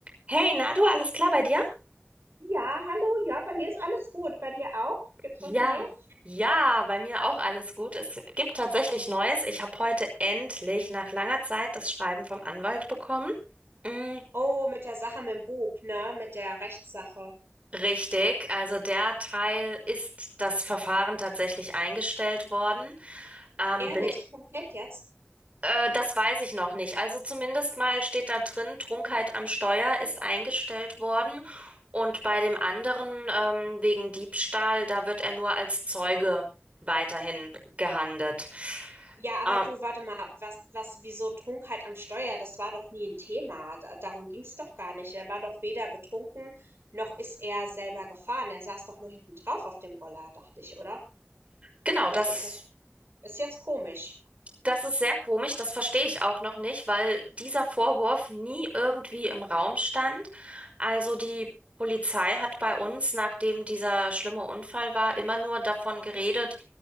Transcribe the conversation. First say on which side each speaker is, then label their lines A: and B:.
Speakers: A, on the right (about 35°); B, on the right (about 70°).
A: Hey, Nadu, alles klar bei dir?
B: Ja, hallo, ja, bei mir ist alles gut. Bei dir auch? Gibt's
A: Ja,
B: was Neues?
A: ja, bei mir auch alles gut. Es gibt tatsächlich Neues. Ich habe heute endlich nach langer Zeit das Schreiben vom Anwalt bekommen. Mm,
B: Oh, mit der Sache mit dem Bub, ne? Mit der Rechtssache.
A: richtig, also der Teil ist das Verfahren tatsächlich eingestellt worden. Ähm,
B: Ehrlich,
A: bin
B: komplett jetzt?
A: Äh, das weiß ich noch nicht. Also zumindest mal steht da drin, Trunkenheit am Steuer ist eingestellt worden. Und bei dem anderen, ähm, wegen Diebstahl, da wird er nur als Zeuge weiterhin gehandelt.
B: Ja, aber
A: Ähm,
B: du, warte mal, was, was, wieso Trunkenheit am Steuer? Das war doch nie ein Thema. Da, darum ging's doch gar nicht. Er war doch weder betrunken, noch ist er selber gefahren. Er saß doch nur hinten drauf auf dem Roller, dachte ich, oder?
A: genau,
B: Also,
A: das.
B: das ist jetzt komisch.
A: Das ist sehr komisch, das verstehe ich auch noch nicht, weil dieser Vorwurf nie irgendwie im Raum stand. Also die Polizei hat bei uns, nachdem dieser schlimme Unfall war, immer nur davon geredet,